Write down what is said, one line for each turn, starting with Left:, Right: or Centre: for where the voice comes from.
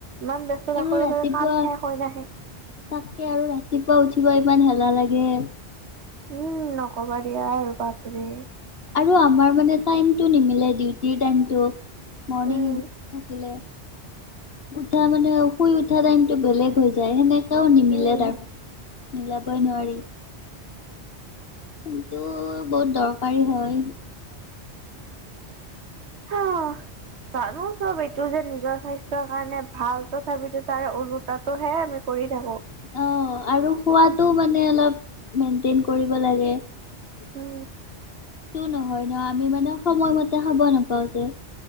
Right: ইমান ব্যস্ততাকো
Left: আৰু ৰাতিপুৱা
Right: তাৰে কাম শেষ হয় নাহে
Left: তাকে আৰু ৰাতিপুৱা উঠিব ইমান হেলা লাগে
Right: উম নকবা দিয়া আৰু বাপৰে
Left: আৰু আমাৰ মানে টাইমটো নিমিলে ডিউটিৰ টাইমটো মৰ্ণিং
Right: উম
Left: এ থাকিলে উঠা মানে শুই উঠা টাইমটো বেলেগ হৈ যায় সেনে কয়াও নিমিলে
Right: উম
Left: তাৰমানে মিলাবই নোৱাৰি <unintelligible> কিন্তু বহুত দৰকাৰী হয়
Right: হঅ জানো চব এইটো যে নিজৰ স্বাস্থ্যৰ কাৰণে ভাল তথাপিতো তাৰে ওলোটাটো হে আমি কৰি যাব
Left: অ আৰু খোৱাতো মানে অলপ মেইনটেইন কৰিব লাগে <inaudible> সেইটো
Right: উম
Left: নহয় ন আমি মানে সময়মতে খাব নাপাওঁ যে